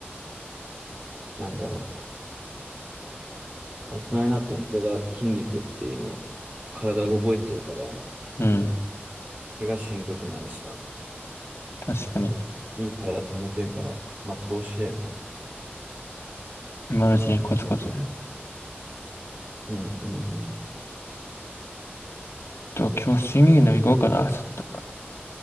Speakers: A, on the right; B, on the left.
A: なんだろう。大人になってもそれが筋肉っていうのを体が覚えてるから、
B: うん。
A: 怪我しにくくなるしさ、
B: 確かに。
A: いい体保てるから、まあ投資だよね。
B: 今のうちにコツコツ。ち
A: うんうんうん。
B: ょっと今日スイミングでも行こうかな、ちょっと。